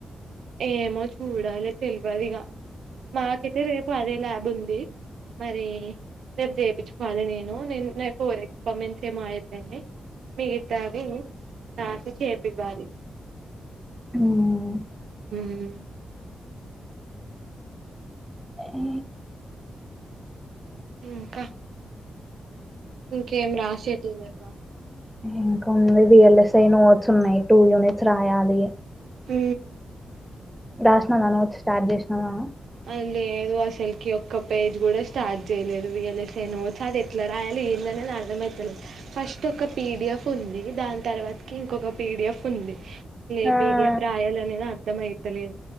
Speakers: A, on the right; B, in the centre.
A: ఏమో చూడాలి తెల్వదు ఇగ మాకైతే రేపు అదే ల్యాబ్ ఉంది మరి రేపు చేపించుకోవాలి నేను నేను ఫోర్ ఎక్స్పరిమెన్ట్స్ ఏమో అయిపోయినాయి మిగతావి సార్ తో చేపివ్వాలి
B: మ్మ్
A: హ్మ్
B: ఎ ఏ
A: ఇంకా ఇంకేం రాసేటివి లెవ్వ
B: ఇంకా ఉన్నది V L S I notes ఉన్నాయి టూ యూనిట్స్ రాయాలి
A: మ్మ్
B: రాసిన నా నోట్స్ స్టార్ట్ చేసినావా
A: అ లేదు అసలుకి ఒక్క పేజ్ కూడా స్టార్ట్ చేయలేదు వి ఎల్ ఎస్ ఏమో <unintelligible> అది ఎట్ల రాయ యాలి ఏంది అనేది అర్దమయితలే ఫస్ట్ ఒక పి డి ఎఫ్ ఉంది దాని తర్వాతకి ఇంకొక పిడిఎఫ్ ఉంది అసలు ఏ
B: ఆ
A: పీ డీ ఎఫ్ రాయాలనేది అర్థం అయితలేదు